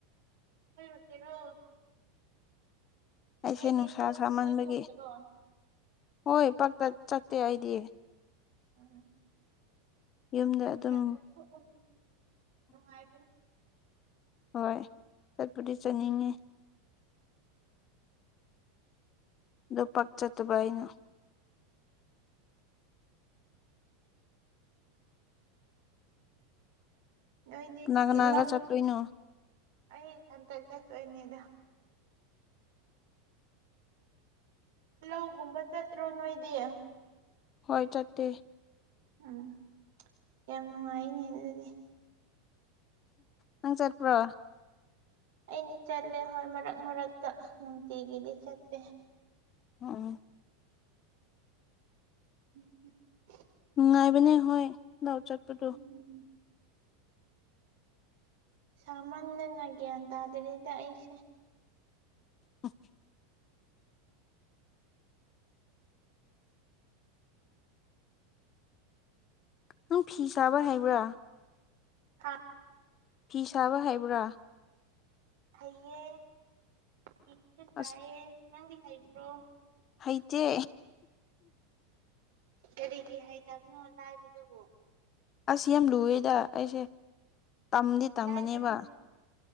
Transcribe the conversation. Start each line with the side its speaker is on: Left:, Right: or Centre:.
Right: ꯑꯣꯏ ꯏꯠꯇꯦꯔꯣ
Left: ꯑꯩꯁꯦ
Right: ꯗꯤꯣꯏꯇꯔꯣ
Left: ꯅꯨꯡꯁꯥ ꯁꯥꯃꯟꯕꯒꯤ ꯍꯣꯏ ꯄꯥꯛꯇ ꯆꯠꯇꯦ ꯑꯩꯗꯤ
Right: ꯎꯝ
Left: ꯌꯨꯝꯗ
Right: ꯈꯔ
Left: ꯑꯗꯨꯝ
Right: ꯈꯔ ꯀꯣꯏꯊꯣꯛꯎꯁꯤ ꯅꯨꯡꯉꯥꯏꯕꯅꯤ
Left: ꯍꯣꯏ ꯆꯠꯄꯗꯤ ꯆꯠꯅꯤꯡꯉꯤ ꯑꯗꯣ ꯄꯥꯛꯆꯠꯇꯕ ꯑꯩꯅ
Right: ꯅꯣꯏꯗꯤ
Left: ꯀꯅꯥꯀꯅꯥꯒ
Right: ꯂꯧ
Left: ꯆꯠꯇꯣꯏꯅꯣ
Right: ꯑꯩ ꯏꯊꯟꯇ ꯆꯠꯇꯣꯏꯅꯦꯗ ꯂꯧꯒꯨꯝꯕ ꯆꯠꯇ꯭ꯔꯣ ꯅꯣꯏꯗꯤ
Left: ꯍꯣꯏ ꯆꯠꯇꯦ
Right: ꯎꯝ ꯌꯥꯝ ꯅꯨꯡꯉꯥꯏꯅꯦ ꯑꯗꯨꯗꯤ
Left: ꯅꯪ ꯆꯠꯄ꯭ꯔꯣ
Right: ꯑꯩꯗꯤ ꯆꯠꯂꯦ ꯍꯣꯏ ꯃꯔꯛ ꯃꯔꯛꯇ ꯅꯨꯡꯇꯤꯒꯤꯗꯤ ꯆꯠꯇꯦ
Left: ꯑꯣ
Right: ꯎꯝ ꯎꯝ
Left: ꯅꯨꯡꯉꯥꯏꯕꯅꯦ ꯍꯣꯏ ꯂꯧ ꯆꯠꯄꯗꯣ
Right: ꯎꯝ ꯁꯥꯃꯟꯗꯅ ꯒꯌ꯭ꯥꯟ ꯇꯥꯗꯔꯦꯗꯥ ꯑꯩꯁꯦ
Left: ꯑ ꯅꯪ ꯐꯤ ꯁꯥꯥꯕ ꯍꯩꯕ꯭ꯔꯥ
Right: ꯍ
Left: ꯐꯤ ꯁꯥꯕ ꯍꯩꯕ꯭ꯔꯥ
Right: ꯍꯩꯌꯦ ꯐꯤꯁꯨ ꯁꯥꯏꯌꯦ
Left: ꯑꯁ
Right: ꯅꯪꯗꯤ ꯍꯩꯕ꯭ꯔꯣ
Left: ꯍꯩꯇꯦ
Right: ꯀꯔꯤꯒꯤ ꯍꯩꯇꯕꯅꯣ ꯂꯥꯏꯕꯗꯨꯕꯨ
Left: ꯑꯁ ꯌꯥꯝ ꯂꯨꯏꯌꯦꯗ ꯑꯩꯁꯦ ꯇꯝꯗꯤ ꯇꯝꯃꯅꯦꯕ
Right: ꯂꯥꯏꯕꯅꯤ